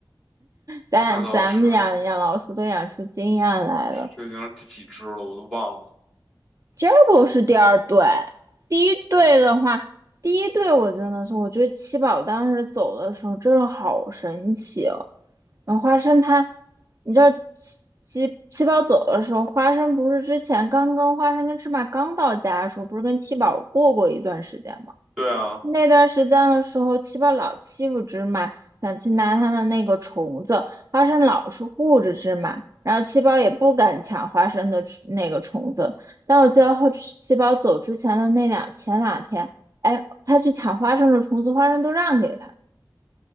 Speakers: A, on the right; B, in the centre.
A: 但咱们养养老鼠都养出经验来了，
B: 那倒是，这已经是第几只了，我都忘了。
A: g e r 是第二队，第一队的话，第一队我真的是，我觉得七宝当时走的时候真的好神奇哦。然后花生他，你知道七七七宝走的时候，花生不是之前刚跟花生跟芝麻刚到家的时候，不是跟七宝过过一段时间吗？
B: 对啊，
A: 那段时间的时候，七宝老欺负芝麻，想去拿他的那个虫子，花生老是护着芝麻，然后七宝也不敢抢花生的吃那个虫子。但我记得后七宝走之前的那两前两天，哎，他去抢花生的虫子，花生都让给他。